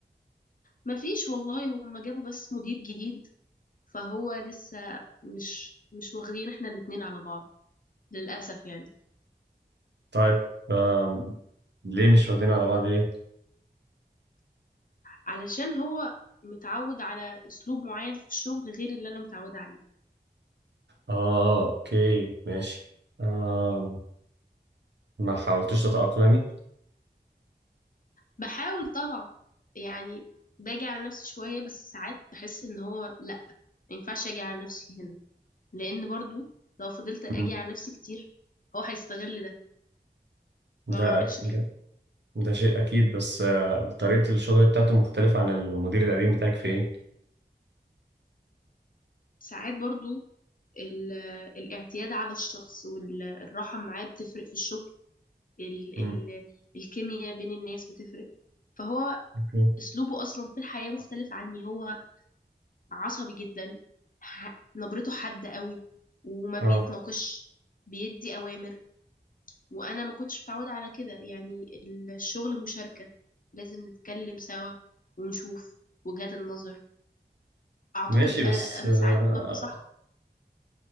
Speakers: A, on the left; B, on the right.
A: مفيش والله هم جابوا بس مدير جديد فهو لسه مش مش واخدين احنا الاتنين على بعض للاسف يعني
B: طيب آم، ليه مش واخدين على بعض ليه؟
A: علشان هو متعود على اسلوب معين في الشغل غير اللي انا متعوده عليه
B: اه اوكي ماشي آم، ما حاولتش تتأقلمي؟
A: بحاول طبعا يعني باجي على نفسي شوية بس ساعات بحس ان هو لا ما ينفعش اجي على نفسي هنا لان برضو لو فضلت اجي
B: مم.
A: على نفسي كتير هو هيستغل ده
B: ده
A: فما بعملش كده
B: ده ده شيء أكيد بس آه، طريقة الشغل بتاعته مختلفة عن المدير القديم بتاعك في إيه؟
A: ساعات برضو ال- الاعتياد على الشخص والراحة معاه بتفرق في الشغل ال
B: مم.
A: ال الكيمياء بين الناس بتفرق فهو
B: أوكي.
A: اسلوبه اصلا في الحياة مختلف عني هو عصبي جدا ح- نبرته حادة قوي وما بيتناقش
B: أه
A: بيدي اوامر وانا ما كنتش متعوده على كده يعني الشغل مشاركه لازم نتكلم سوا ونشوف وجهات النظر اعتقد
B: ماشي
A: أ-
B: بس
A: انا
B: آه،
A: ساعات ببقى صح